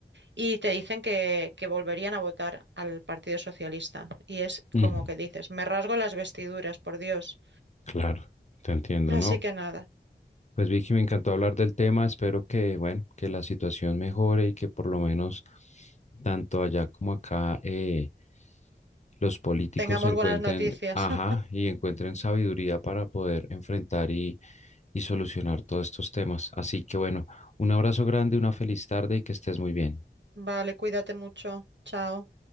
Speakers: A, on the right; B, on the left.
A: y te dicen que, que volverían a votar al Partido Socialista. Y es
B: Mm,
A: como que dices, me rasgo las vestiduras, por Dios.
B: claro, te entiendo,
A: Así
B: ¿no?
A: que nada,
B: Pues Vicky, me encantó hablar del tema. Espero que, bueno, que la situación mejore y que por lo menos tanto allá como acá eh, los políticos
A: tengamos
B: encuentren,
A: buenas noticias.
B: ajá,
A: <laughs>
B: y encuentren sabiduría para poder enfrentar y, y solucionar todos estos temas. Así que bueno, un abrazo grande, una feliz tarde y que estés muy bien.
A: Vale, cuídate mucho. Chao.